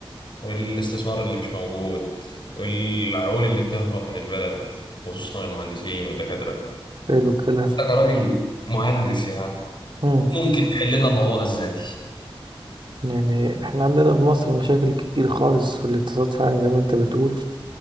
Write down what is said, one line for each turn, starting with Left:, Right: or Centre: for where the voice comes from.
Left: والاستثمار اللي مش موجود والعقول اللي بتهرب من البلد خصوصا المهندسين والدكاترة
Right: حلو الكلام
Left: انت كراجل مهندس يعني
Right: مم.
Left: ممكن تحل لنا الموضوع ده ازاي
Right: يعني احنا عندنا في مصر مشاكل كتير خالص في الاقتصاد فعلا زي ما انت بتقول